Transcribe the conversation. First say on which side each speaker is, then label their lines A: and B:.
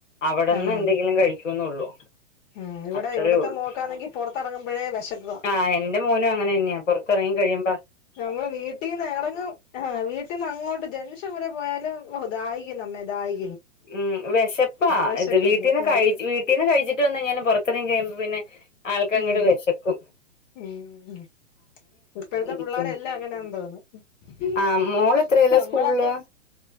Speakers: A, on the left; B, on the left.
A: അവടെന്ന്
B: ആഹ്
A: എന്തെങ്കിലും കഴിക്കുന്നൊള്ളു
B: ഉം ഇവിടെ
A: അത്രയേ
B: ഇവിടത്തെ
A: ഒള്ളു
B: മോക്കാണെങ്കി പൊറത്തിറങ്ങുമ്പോഴേ വിശക്കുവാ
A: ആ എന്റെ മോനും അങ്ങനെന്നെയാ പെറത്തെറ ങ്ങി കഴിയുമ്പ
B: നമ്മൾ വീട്ടീന്ന് എറങ്ങും ആ വീട്ടീന്ന് അങ്ങോട്ട് ജംഗ്ഷൻ വരെ പോയാലും ഓ ദാഹിക്കുന്നമ്മേ ദാഹി
A: ഉം വെശപ്പാ
B: വിശക്കുന്നു
A: ഇത് വീട്ടീന്ന്
B: ആഹ്
A: കഴിച്ച് വീട്ടീന്ന് കഴിച്ചി ട്ടൊന്ന് ഞാൻ പൊറത്തെറങ്ങി കഴിയുമ്പോ പിന്നെ ആൾക്ക് അങ്ങട്ട്
B: ഉം
A: വെശക്കും
B: ഉം ഇപ്പഴ്ത്തെ
A: ഇരിക്കുന്നു
B: പുള്ളാര് എല്ലാം അങ്ങനാന്നു തോന്നുന്നു
A: ആ മോള് എത്രയിലാ
B: നമ്മളൊക്കെ
A: സ്കൂളില്